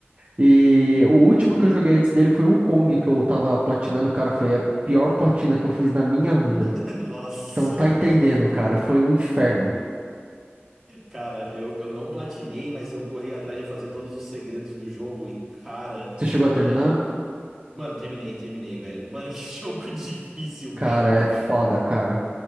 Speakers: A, on the right (about 35°); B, in the centre.
A: E o último
B: Entendi.
A: que eu joguei antes dele foi o Kong, que eu tava platinando, cara, foi a pior platina que eu fiz na minha vida.
B: <laughs> Nossa,
A: Você não tá
B: mano.
A: entendendo, cara, foi um inferno.
B: Cara, eu, eu não platinei, mas eu corri atrás de fazer todos os segredos do jogo e, cara.
A: Você chegou a terminar?
B: é, Mano, terminei, terminei, velho. Mano, <laughs> que jogo difícil,
A: Cara,
B: cara.
A: é foda, cara.